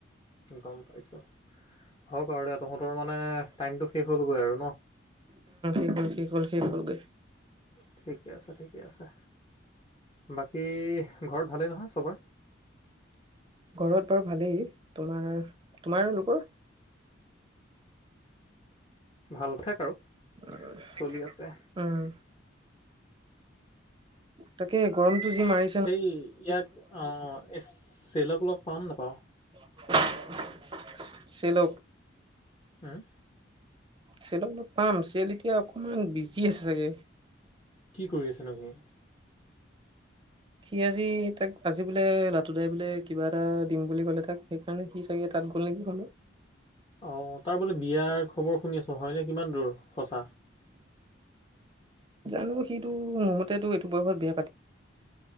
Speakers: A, on the left; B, on the right.
A: গম পাইছোঁ। হওক আৰু দে, তহঁতৰ মানে টাইমটো শেষ হ'লগৈ আৰু ন'?
B: ঠিক হল, ঠিক হল গৈ।
A: ঠিকে আছে, ঠিকে আছে, বাকী ঘৰত ভালেই নহয় চবৰে?
B: ঘৰত বাৰু ভালেই, তোমাৰ, তোমাৰ লোকৰ?
A: ভাল থেক আৰু।
B: <unintelligible>
A: চলি আছে
B: উম, তাকে গৰমতটো যি মাৰি
A: এই, ইয়াক অ' চেলক লগ পাম না বাৰু।
B: <unintelligible> চিল
A: হয়।
B: চেলক অলপ পাম, চেল এতিয়া অকণমান বিজি আছে চাগে।
A: কি কৰি আছেনো হি?
B: সি আজি তাক আজি বোলে লাটো দাই বোলে কিবা এটা দিম বুলি ক'লে তাক সণে কি চাগে তাত গ'ল নেকি শু
A: অ' তাৰ বোলে বিয়াৰ খবৰ শুনি আছোঁ হয়নে কিমান দূৰ, সঁচা।
B: জানো, সিটো মোৰ মততটো এইটো বয়সত বিয়া পাতি